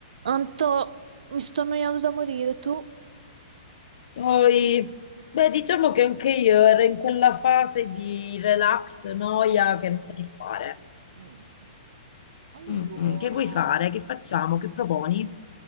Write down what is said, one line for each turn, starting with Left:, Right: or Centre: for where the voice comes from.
Right: Anto, mi sto annoiando da morire, tu?
Left: Poi, beh, diciamo che anche io ero in quella fase di relax, noia, che non sai che fare.
Right: Mm. Allora,
Left: Mm, mm, Che vuoi fare? Che facciamo? Che proponi?